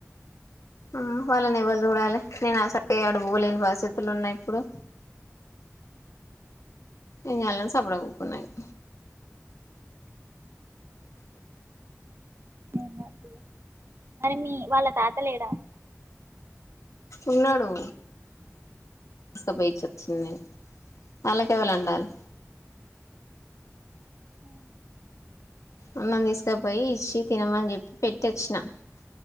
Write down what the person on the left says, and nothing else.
ఆ వాళ్ళను ఎవ్వల్ చూడాలే నేను అసలే అడుపోలేని పరిస్థితులు ఉన్నాయి ఇప్పుడు ఏం చేయాలని సప్పుడెక్ ఉకున్నాయిగా
ఉన్నడు తిసుకపోయి ఇచొచ్చింది అల్లకేవలండాలే
అన్నం తీసుకపోయి ఇచ్చి తినమని చెప్పి పెట్టిచ్చినా